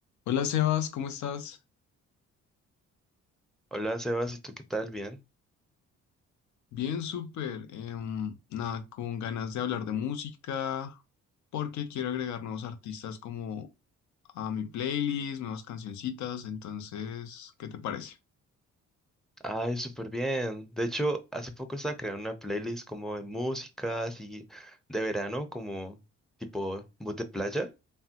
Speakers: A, on the left (about 70°); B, in the centre.
A: Hola Sebas, ¿cómo estás?
B: Hola Sebas, ¿y tú qué tal? ¿Bien?
A: Bien, súper. em, nada, con ganas de hablar de música, porque quiero agregar nuevos artistas como a mi playlist, nuevas cancioncitas, entonces, ¿qué te parece?
B: Ay, súper bien. De hecho, hace poco estaba creando una playlist como de música, así de verano, como tipo mood de playa,